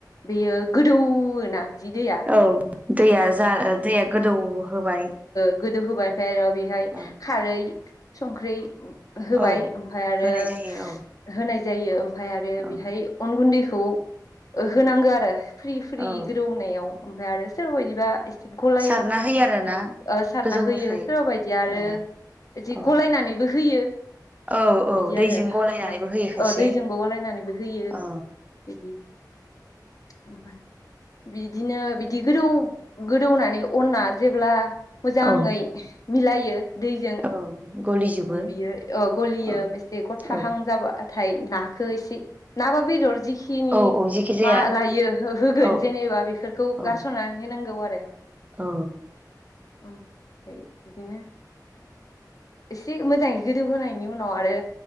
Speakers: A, on the left; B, on the right.
A: बेयो गोदौ ना। जिदैया
B: औ दैया जा दैया गोदौ होबाय
A: गोदो होबाय फ्रायेर र बेहाय
B: औ
A: खारै संख्रि होबाय
B: औ
A: ओमफाय आरो
B: होनाय जायो औ
A: होनाय जायो। ओमफ्राय आरो
B: औ
A: बेहाय अन गुन्दै ह खौओ होनांगौ आरो। फ्रि फ्रि
B: औ
A: गोदौनायाव अमफ्राय आरो सं। सोरबा बायदिबा एसे गलायनानै
B: सारना होयो आरोना
A: सारना
B: गोजौनिफ्राय
A: होयो सोरबा बायदिया आरो
B: औ
A: एसे
B: औ
A: गलायनानैबो हो होयो
B: औ औ
A: बिदि
B: दैजों
A: आरो
B: गलायनानैबो
A: ह
B: होयो खायसे
A: दैजोंबो गलायनानैबो होयो
B: औ
A: बिदि ओमफ्राय बिदिनो बि बि गोदौ गोदौनानै अनआ जेब्ला मोजाङै
B: औ
A: मिलायो दैजों
B: औ गलिजोबो
A: बियो अ गलियो
B: औ
A: एसे गथाहां
B: औ
A: जाबा नाथाय नाखो एसे ना बा बेदर जि जिखिनि
B: औ औ जेखि जाया
A: मा लायो होगोन
B: औ
A: जेनेबा बेफोरखौ
B: औ
A: होनो नांगौ आरो।
B: औ।
A: औ। फाय बिदिनो एसे मोजाङै गोदौ होनायनि उनाव आरो।